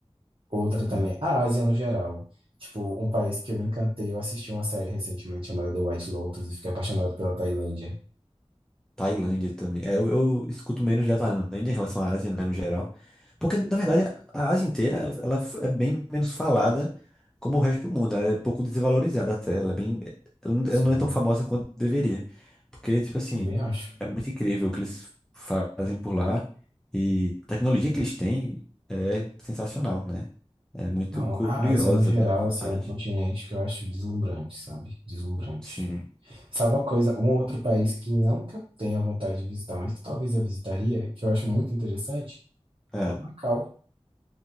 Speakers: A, on the right; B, in the centre.
A: Outra também,
B: né?
A: a Ásia no geral. Tipo, um país que eu me encantei, eu assisti uma série recentemente chamada The White Lotus e fiquei apaixonado pela Tailândia.
B: Tailândia também. É, eu, eu escuto menos da Tailândia em relação à Ásia, né, no geral. Porque, na verdade, a Ásia inteira, ela, ela é bem menos falada como o resto do mundo. Ela é pouco desvalorizada até. Ela é bem, ela não
A: Sim,
B: ela não é tão famosa quanto deveria. Porque, tipo assim,
A: também acho.
B: é muito incrível o que eles fazem por lá. E a tecnologia que eles têm é sensacional, né? É muito
A: Não,
B: curiosa,
A: a Ásia no geral,
B: dá vontade.
A: assim, é um continente que eu acho deslumbrante, sabe? Deslumbrante.
B: Sim.
A: Sabe uma coisa, um outro país que não que eu tenha vontade de visitar, mas que talvez eu visitaria, que eu acho muito interessante,
B: É.
A: o Macau.